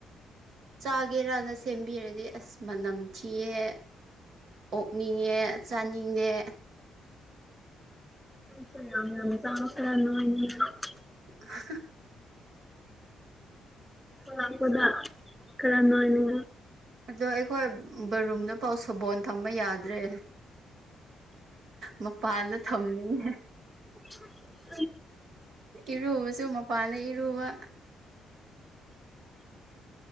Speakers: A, on the right; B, in the centre.
A: ꯆꯥꯒꯦꯔꯥꯅ ꯁꯦꯝꯕꯤꯔꯗꯤ ꯑꯁ ꯃꯅꯝ ꯊꯤꯌꯦ ꯑꯣꯛꯅꯤꯡꯉꯦ ꯆꯥꯅꯤꯡꯉꯦ
B: ꯆꯥꯃꯔꯉꯤ
A: <unintelligible>
B: ꯈꯥꯛꯄꯗ ꯀꯔꯝꯅꯣꯅ
A: ꯑꯗꯣ ꯑꯩꯈꯣꯏ ꯕꯔꯨꯝꯗ ꯄꯥꯎ ꯁꯕꯣꯟ ꯊꯝꯕ ꯌꯥꯗ꯭ꯔꯦ ꯃꯄꯥꯟꯗ ꯊꯝꯅꯤꯡꯉ
B: <unintelligible>
A: ꯏꯔꯨꯕꯁꯨ ꯃꯄꯥꯟꯅ ꯏꯔꯨꯕ